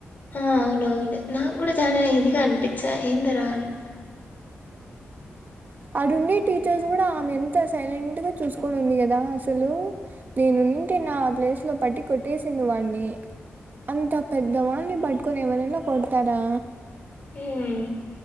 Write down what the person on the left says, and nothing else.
ఆ అవునవును నాకు కూడా చాలా ఇదిగా అనిపించా ఏంది రా అని
మ్మ్ ఉమ్